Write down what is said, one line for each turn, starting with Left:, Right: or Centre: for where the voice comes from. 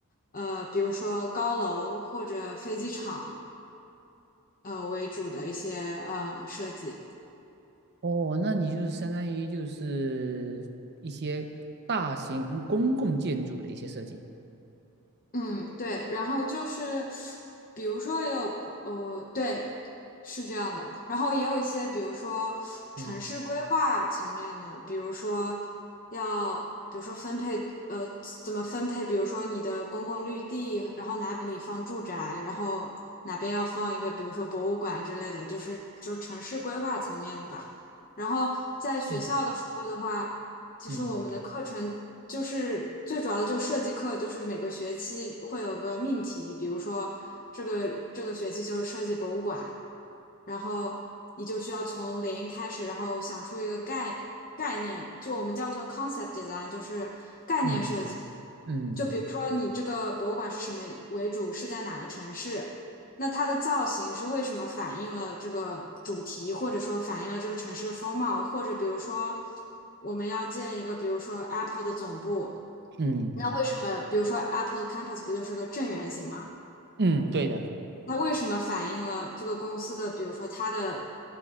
Left: 呃，比如说高楼或者飞机场，呃为主的一些呃设计。
Right: 哦，那你就是相当于就是一些大型公共建筑的一些设计。
Left: 嗯，对，然后就是，比如说也有不呃，对，是这样的，然后也有一些，比如说城市规划层面的，
Right: 嗯
Left: 比如说要，比如说分配，呃，怎么分配，比如说你的公共绿地，然后哪里放住宅，然后哪边要放一个，比如说博物馆之类的，就是就是城市规划层面的吧。然后在学校的时候的话，
Right: 嗯
Left: 其实我们的课程。
Right: 嗯
Left: 就是最主要的，就设计课，就是每个学期会有个命题，比如说这个这个学期就是设计博物馆，然后你就需要从零开始，然后想出一个概概念，就我们叫做 concept design，就是概念设计。
Right: 嗯嗯
Left: 就比如说你这个博物馆是什么为主，是在哪个城市，那它的造型是为什么反映了这个主题，或者说反映了这个城市的风貌，或者比如说我们要建一个，比如说 Apple 的总部。
Right: 嗯
Left: 那为什么，比如说 Apple 的 Campus 不就是个正圆形吗？
Right: 嗯，对的。
Left: 它为什么反映了这个公司的，比如说它的